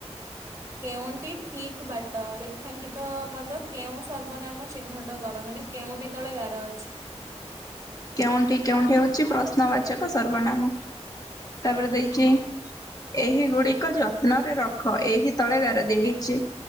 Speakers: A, on the right (about 30°); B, on the left (about 30°).
A: କେଉଁଠି ଠିକ୍ ବାଟ, ରେଖାଙ୍କିତ ପଦ କେଉଁ ସର୍ବନାମ ଚିହ୍ନଟ କର, ମାନେ- କେଉଁଟି ତଳେ ଗାର ଅଛି?
B: କେଉଁଟି, କେଉଁଟି, ହଉଚି ପ୍ରଶ୍ନବାଚକ ସର୍ବନାମ, ତାପରେ
A: ହୁଁ
B: ଦେଇଚି
A: ହୁଁ
B: ଏହି ଗୁଡିକ ଯତ୍ନରେ ରଖ ଏହି ତଳେ ଗାର ଦେଇଛି।